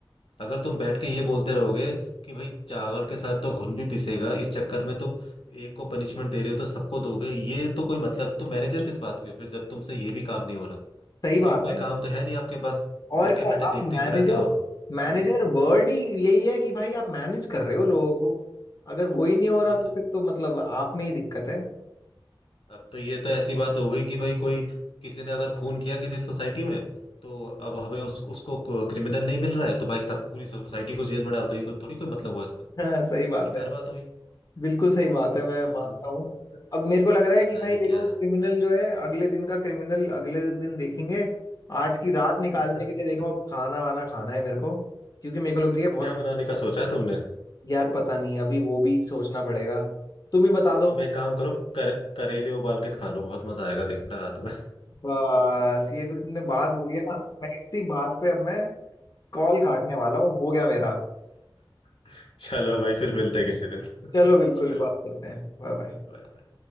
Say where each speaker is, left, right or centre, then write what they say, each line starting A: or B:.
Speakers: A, on the left; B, on the left.
A: अगर तुम बैठ के ये बोलते रहोगे कि भाई चावल के साथ तो घुन भी पिसेगा इस चक्कर में तुम एक को पनिशमेंट दे रहे हो तो सबको दोगे ये तो कोई मतलब तो मैनेजर किस बात की हो फिर जब तुमसे ये भी काम नहीं हो रहा
B: सही
A: क्योंकि
B: बात
A: वो कोई
B: है
A: काम तो है नहीं आपके पास बैठे
B: और क्या
A: बैठे देखते
B: आप मैनेजर
A: ही तो रहते हो
B: मैनेजर
A: हम्म
B: वर्ड ही यही है कि भाई आप मैनेज कर रहे हो लोगों को अगर वो ही नहीं हो
A: वही
B: रहा तो
A: तो
B: फिर तो मतलब आप में ही दिक्कत है <laughs>
A: अब तो ये तो ऐसी बात हो गई कि भाई कोई किसी ने अगर खून किया किसी सोसाइटी में तो अब हमें उस, उसको क्रिमिनल नहीं मिल रहा है तो भाई सब पूरी सोसाइटी को जेल में डाल दो ये कोई थोड़ी कोई मतलब हुआ इसका
B: हाँ सही
A: ये
B: बात
A: तो बेकार
B: है
A: बात हुई
B: बिल्कुल सही बात है मैं
A: अब
B: मानता
A: भाई तुम <laughs>
B: हूँ अब मेरे को लग रहा है
A: पता
B: कि भाई
A: नहीं
B: देखो
A: क्या
B: क्रिमिनल जो है अगले दिन का क्रिमिनल अगले दिन देखेंगे आज की रात निकालने
A: <laughs>
B: के लिए देखो अब खाना वाना खाना है मेरे को क्योंकि मेरे को लग रही है बहुत
A: क्या बनाने का सोचा है तुमने
B: यार पता नहीं अभी वो भी सोचना पड़ेगा तुम ही बता दो
A: तुम एक काम करो कर, करेले उबाल के खा लो बहुत मजा आएगा देखना रात में
B: बस ये जो तुमने बात बोली है ना मैं इसी बात पे अब मैं कॉल काटने वाला हूँ हो गया मेरा
A: <laughs> चलो भाई फिर मिलते हैं किसी दिन
B: चलो
A: <laughs>
B: बिल्कुल
A: चलो
B: बात करते हैं Bye bye
A: बाय